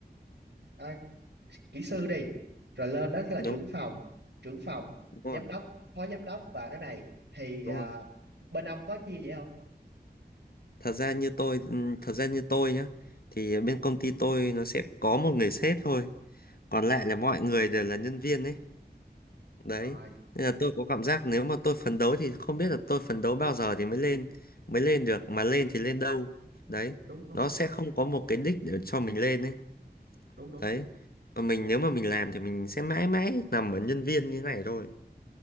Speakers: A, on the right; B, on the left.
A: à, kỹ sư đi rồi lên đó sẽ là
B: đúng
A: trưởng phòng trưởng phòng
B: đúng rồi
A: giám đốc phó giám đốc và cái này thì à,
B: đúng rồi
A: bên ông có chia vậy không
B: thật ra như tôi ừ, thật ra như tôi nhá thì bên công ty tôi nó sẽ có một người sếp thôi còn lại là mọi người đều là nhân viên ấy đấy
A: Ờ
B: nên là tôi có cảm giác nếu mà tôi phấn đấu thì không biết là tôi phấn đấu bao giờ thì mới lên mới lên được mà lên thì lên đâu đấy
A: đúng đúng
B: nó sẽ không có một cái đích để cho mình lên ấy
A: đúng đúng
B: đấy còn mình nếu mà mình làm thì mình sẽ mãi mãi nằm ở nhân viên như này thôi